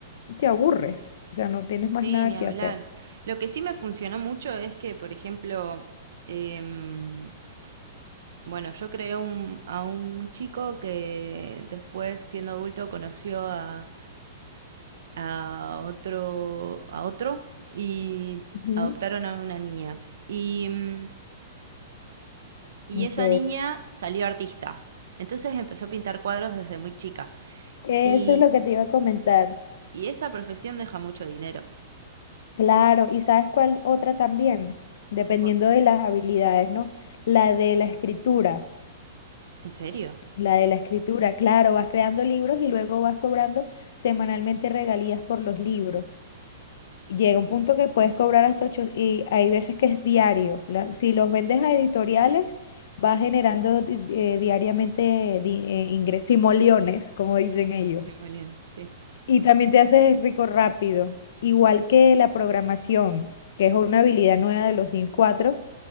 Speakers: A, on the left; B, on the right.
A: y te aburres. O sea, no tienes
B: sí,
A: más nada
B: ni hablar.
A: que hacer.
B: Lo que sí me funcionó mucho es que, por ejemplo, em, bueno, yo creé un- a un chico que después, siendo adulto, conoció a, a otro, a otro y
A: Ujú,
B: adoptaron a una niña. Y mm, Y
A: Ok,
B: esa niña salió artista. Entonces empezó a pintar cuadros desde muy chica.
A: eso
B: Y,
A: es lo que te iba a comentar.
B: y esa profesión deja mucho dinero.
A: Claro, ¿y sabes cuál otra también? Dependiendo
B: Co-
A: de las habilidades, ¿no? La de la escritura.
B: ¿En serio?
A: La de la escritura, claro, vas creando libros y luego vas cobrando semanalmente regalías por los libros. Llega un punto que puedes cobrar hasta 8 y hay veces que es diario. La- si los vendes a editoriales, va generando di- eh, diariamente di- eh, ingresos y moliones, como dicen ellos.
B: 100 millones, sí.
A: Y también te haces rico rápido. Igual que la programación, que es una habilidad nueva de los Sims 4,